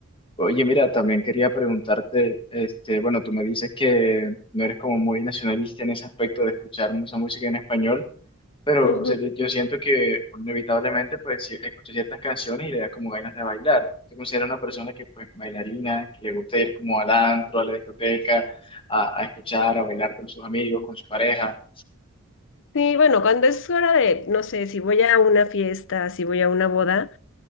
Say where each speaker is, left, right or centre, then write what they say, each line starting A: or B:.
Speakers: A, on the left; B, on the left.
A: Oye, mira, también quería preguntarte, este, bueno, tú me dices que no eres como muy nacionalista en ese aspecto de escuchar mucha música en español, pero
B: Ujú.
A: o sea, yo, yo siento que inevitablemente pues si- escucho ciertas canciones y le da como ganas de bailar. Te considero una persona que pues bailarina, que le gusta ir como al antro, a la discoteca, a, a escuchar, a bailar con sus amigos, con su pareja.
B: Sí, bueno, cuando es hora de, no sé, si voy a una fiesta, si voy a una boda,